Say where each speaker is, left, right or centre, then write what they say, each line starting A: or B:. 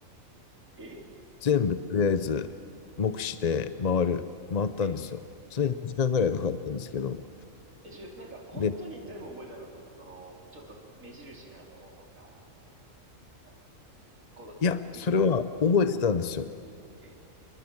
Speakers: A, on the right; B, on the left.
A: え、え、
B: 全部とりあえず目視で回る、回ったんですよ。
A: え、
B: それに2時間ぐらいかかったんですけど、
A: ええ、ちょ、なんか、本当に全部覚えてなかったんですかその、
B: で、
A: ちょっと目印になるものとか、あの、なんか、こう、
B: いや、それは覚えてたんですよ。
A: り、え、